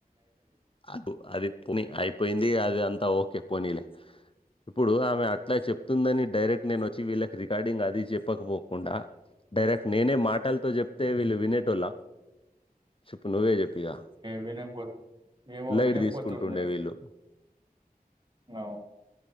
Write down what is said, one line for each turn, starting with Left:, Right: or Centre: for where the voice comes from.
Left: అ అది పుని అయిపోయింది అది అంత ఓకే పోనీలే ఇప్పుడు ఆమె అట్ల చెప్తుందని డైరెక్ట్ నేను వచ్చి వీళ్ళ రికార్డింగ్ అది చెప్పకపోకుండా డైరెక్ట్ నేనే మాటలతో చెప్తే
Right: ఉమ్.
Left: వీళ్ళు వినేటోళ్ళ చెప్పు నువ్వే చెప్పిగా
Right: వినక పో మేమో
Left: లైట్
Right: వినకపోతుండే
Left: తీసుకుంటుండే వీళ్ళు
Right: అ